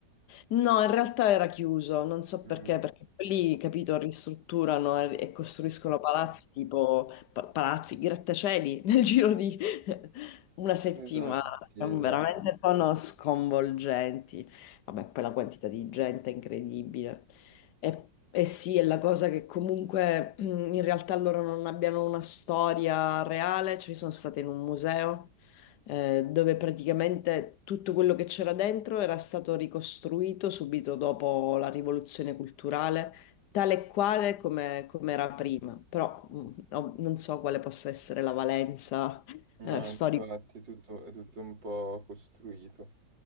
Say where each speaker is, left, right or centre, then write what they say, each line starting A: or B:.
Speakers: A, on the left (about 70°); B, on the right (about 75°).
A: No, in realtà era chiuso, non so
B: Mm.
A: perché, perché lì, capito, ristrutturano e, e costruiscono palazzi tipo pa- palazzi, grattacieli <laughs> nel giro di una settimana.
B: Esatto, sì,
A: Veramente
B: esatto.
A: sono sconvolgenti. Vabbè, poi la quantità di gente è incredibile. E, e sì, è la cosa che comunque mm, in realtà loro non abbiano una storia reale, cioè sono state in un museo eh, dove praticamente tutto quello che c'era dentro era stato ricostruito subito dopo la rivoluzione culturale, tale e quale come, come era prima. Però mh, no- non so quale possa essere la valenza
B: No,
A: eh, storica.
B: infatti è tutto, è tutto un po' costruito.